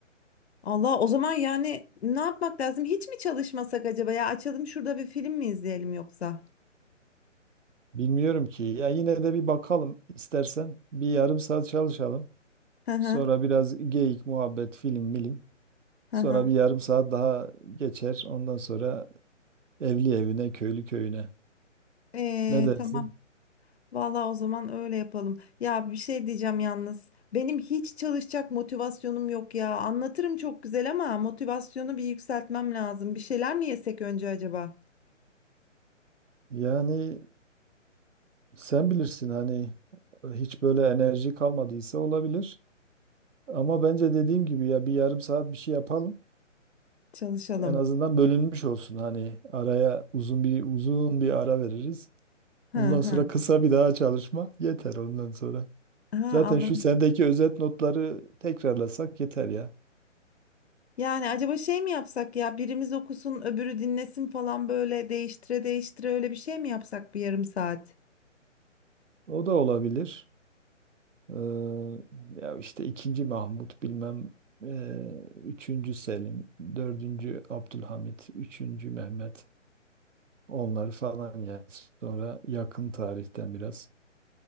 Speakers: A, on the left; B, on the right.
A: Allah o zaman yani ne yapmak lazım? Hiç mi çalışmasak acaba ya? Açalım şurada bir film mi izleyelim yoksa?
B: Bilmiyorum ki. Ya yine de bir bakalım istersen. Bir yarım saat çalışalım.
A: Hı hı,
B: Sonra biraz geyik, muhabbet, film, milim.
A: hı
B: Sonra
A: hı.
B: bir yarım saat daha geçer. Ondan sonra evli evine, köylü köyüne.
A: Ee,
B: Ne dersin?
A: tamam. Vallahi o zaman öyle yapalım. Ya bir şey diyeceğim yalnız. Benim hiç çalışacak motivasyonum yok ya. Anlatırım çok güzel ama motivasyonu bir yükseltmem lazım. Bir şeyler mi yesek önce acaba?
B: Yani sen bilirsin hani hiç böyle enerji kalmadıysa olabilir. Ama bence dediğim gibi ya bir yarım saat bir şey yapalım.
A: Çalışalım.
B: En azından bölünmüş olsun hani araya uzun bir uzun bir ara veririz.
A: Hı
B: Ondan
A: hı.
B: sonra kısa bir daha çalışma yeter ondan sonra.
A: Ha,
B: Zaten
A: anladım.
B: şu sendeki özet notları tekrarlasak yeter ya.
A: Yani acaba şey mi yapsak ya? Birimiz okusun, öbürü dinlesin falan böyle değiştire değiştire öyle bir şey mi yapsak bir yarım saat?
B: O da olabilir. Ee, ya işte ikinci Mahmut bilmem eee, üçüncü Selim, dördüncü Abdülhamit, üçüncü Mehmet onlar falan ya. Sonra yakın tarihten biraz